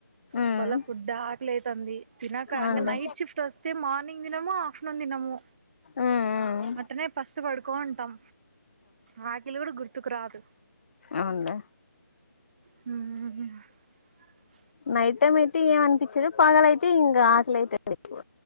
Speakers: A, on the left (about 40°); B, on the right (about 35°).
A: ఉమ్
B: అప్పలా ఫుడ్ ఆక లయాత్ తంది తినక
A: అవునులే
B: అ నైట్ స్టిఫ్ వస్తే మార్నింగ్ తినము ఆఫ్టర్నూన్ తినము
A: ఉమ్ ఉమ్
B: అట్నే పస్తు పడుకోంటాం రాకిలు కూడా గుర్తుకు రాదు
A: అవునులే
B: ఉ
A: నైట్ టైమ్ అయితే ఏమ అనిపించదు పాగలయితే ఇంకా ఆకలిైతండి ఎక్కువ